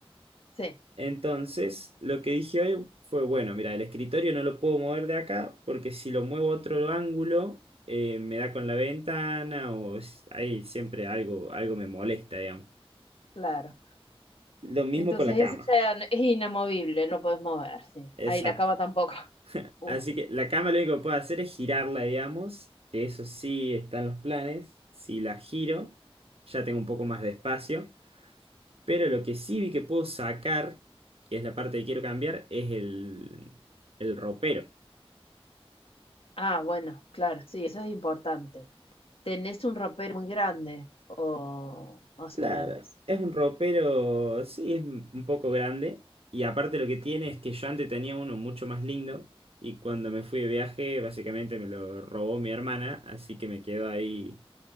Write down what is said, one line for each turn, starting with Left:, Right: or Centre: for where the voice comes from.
Left: Sí,
Right: Entonces, lo que dije hoy fue, bueno, mira, el escritorio no lo puedo mover de acá porque si lo muevo a otro ángulo, eh, me da con la ventana o es- ahí siempre algo, algo me molesta, digamos.
Left: claro.
Right: Lo mismo
Left: Entonces
Right: con la cama,
Left: ese ya no- es inamovible, no podés mover, sí.
Right: exacto.
Left: Ahí la cama tampoco. <laughs> Uf.
Right: Así que la cama lo único que puedo hacer es girarla, digamos, que eso sí está en los planes. Si la giro, ya tengo un poco más de espacio. Pero lo que sí vi que puedo sacar, que es la parte que quiero cambiar, es el, el ropero.
Left: Ah, bueno, claro, sí, eso es importante. ¿Tenés un ropero muy grande o más
Right: Claro,
Left: o menos?
Right: es un ropero, sí, es un poco grande. Y aparte lo que tiene es que yo antes tenía uno mucho más lindo. Y cuando me fui de viaje, básicamente me lo robó mi hermana. Así que me quedó ahí.